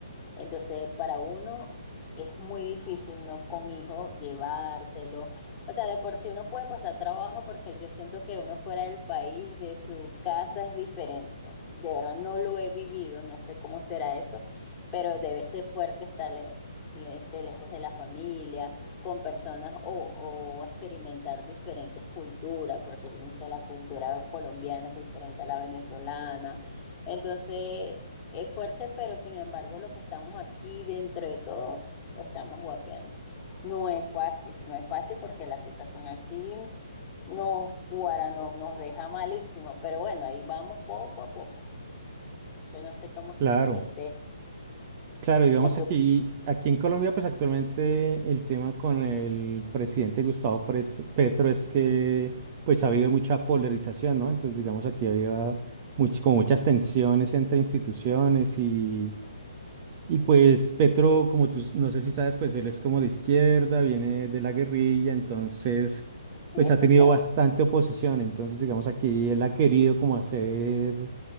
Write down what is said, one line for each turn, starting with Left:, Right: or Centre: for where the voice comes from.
Left: Entonces, para uno es muy difícil uno con hijo llevárselo. O sea, de por sí uno puede pasar trabajo porque yo siento que uno fuera del país, de su casa es diferente. De verdad no lo he vivido, no sé cómo será eso, pero debe ser fuerte estar le- le- este, lejos de la familia, con personas o, o experimentar diferentes culturas, porque yo no sé, la cultura colombiana es diferente a la venezolana. Entonces, es fuerte, pero sin embargo, lo que estamos aquí dentro de todo, estamos guapeando. No es fácil, no es fácil porque la situación aquí nos cuara, no, nos deja malísimo, pero bueno, ahí vamos poco a poco. Yo no sé cómo,
Right: Claro.
Left: este,
Right: Claro, digamos
Left: en tu
Right: aquí, aquí en Colombia, pues actualmente el tema con el presidente Gustavo Pret- Petro es que pues ha habido mucha polarización, ¿no? Entonces, digamos aquí había much- como muchas tensiones entre instituciones y, y pues Petro, como tú s- no sé si sabes, pues él es como de izquierda, viene de la guerrilla, entonces
Left: sí
Right: pues
Left: he escuchado.
Right: ha tenido bastante oposición, entonces digamos aquí él ha querido como hacer